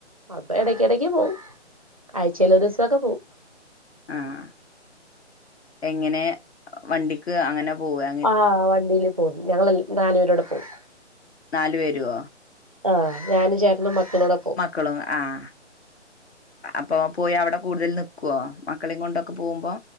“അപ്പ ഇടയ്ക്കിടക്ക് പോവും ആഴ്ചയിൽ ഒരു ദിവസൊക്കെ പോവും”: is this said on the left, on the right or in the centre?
Right